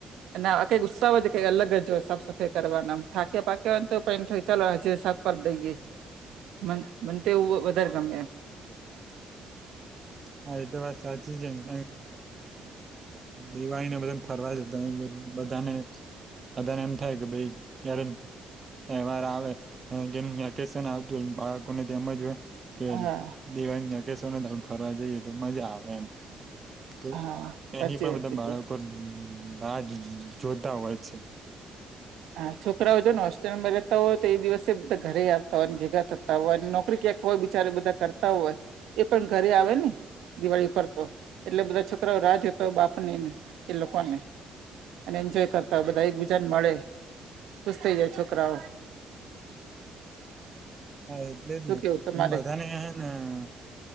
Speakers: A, on the right; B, on the right.
A: ના કંઈ ઉત્સાહ હો જ કઈ અલગ જ હોય સાફ સફાઈ કરવાના થાક્યા પાકને તો પણ એમ થ ચાલો હજે- ભર દઈએ- મ મવ વધારે ગમે-
B: હ એ તો વા સાચી જ- દિવાળીને બધા ફરવા દેતા બધાને- બધાને એમ થાય કે ભાઈ ક્યારે- તહેવાર આવે જે વેકેશન આવતું હોય બાળકોને તેમજ હોય. કે
A: હા
B: દિવાલ ના કે સોના ત ફરવા જઈએ તો મજા આવે એમ- તો
A: હા
B: એની
A: સાચી
B: પણ
A: વાત
B: બધા
A: કીધું
B: બાળકો રાહ જોતા હોય છે.
A: હા છોકરાઓ છે ને હોસ્ટેલમાં રહેતા હોય તો એ દિવસે બધા ઘરે આવતા હોયને ભેગા થતા હોય અને નોકરી ક્યાંક- હોય બિચારે બધા કરતા હોય એ પણ ઘરે આવે ને- દિવાળી ઉપર તો એટલે બધા છોકરાઓ રાજ હતો બાપનેને એ લોકોને- અને એન્જોય કરતા હોય બધા એકબીજાને મળે- ખુશ થઈ જાય છોકરાઓ-
B: હા એટલે જ
A: શું કેવું તમારે
B: ને બધાને હે ને-